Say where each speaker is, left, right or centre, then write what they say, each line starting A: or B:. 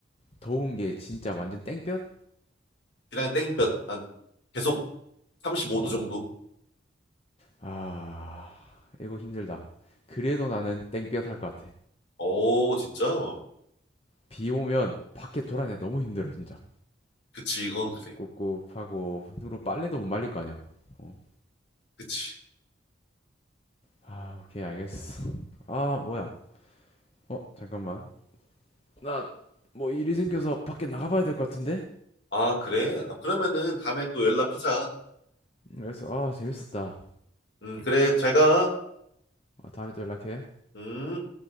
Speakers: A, on the left; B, on the left.
A: 더운 게 진짜 완전 땡볕
B: 그냥 땡볕. 한 계속 35도 정도?
A: 아 이거 힘들다 그래도 나는 땡볕 할 것 같아
B: 어, 진짜?
A: 비 오면 밖에 돌아내 너무 힘들어 진짜
B: 그치, 이건 그래.
A: 꿉꿉하고 누로 빨래도 못 말릴 거 아니야 어.
B: 그치.
A: 아 오케이 알겠어 아 뭐야 어 잠깐만 나 뭐 일이 생겨서 밖에 나가봐야 될 것 같은데
B: 아, 그래? 아, 그러면은 다음에 또 연락하자.
A: 그래서 아 재밌었다.
B: 음, 그래, 잘 가.
A: 어, 다음에 또 연락해.
B: 음.